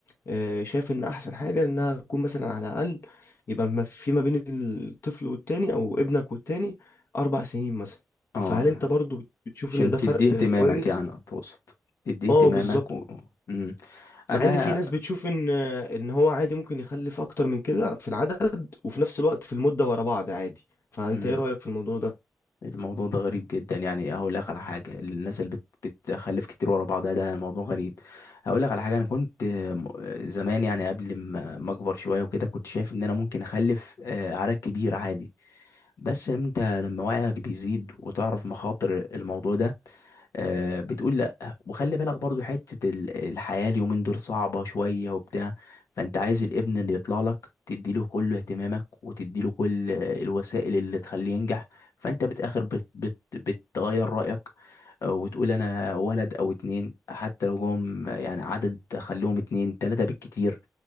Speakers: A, on the left; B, on the left.
A: آه، شايف ان احسن حاجه انها تكون مثلا على الاقل يبقى ما في ما بين الطفل والتاني او ابنك والتاني اربع سنين مثلا
B: اه
A: فهل انت برضو بت- بتشوف
B: عشان
A: ان ده
B: تديه
A: فرق
B: اهتمامك
A: آه، كويس
B: يعني أتقصد تديه اهتمامك
A: اه بالظبط
B: و... مم. أنا
A: مع ان في ناس بتشوف ان آه، ان هو عادي ممكن يخلف اكتر من كده في العدد وفي نفس الوقت في المده ورا بعض عادي فانت
B: مم.
A: ايه رايك في الموضوع ده
B: الموضوع ده غريب جدا يعني هقول لك على حاجة الناس اللي بت... بتخلف كتير ورا بعضها ده موضوع غريب هقول لك على حاجة أنا كنت م- زمان يعني قبل ما ما أكبر شوية وكده كنت شايف إن أنا ممكن أخلف آه، عدد كبير عادي بس أنت لما وعيك بيزيد وتعرف مخاطر الموضوع ده آه، بتقول لا وخلي بالك برضو حتة ال- الحياة اليومين دول صعبة شوية وبتاع فانت عايز الابن اللي يطلع لك تديله كل اهتمامك وتديله كل الوسائل اللي تخليه ينجح فانت بتاخر بت بت بتغير رأيك آه، وتقول انا ولد او اتنين حتى لو جم يعني عدد خليهم اتنين تلاتة بالكتير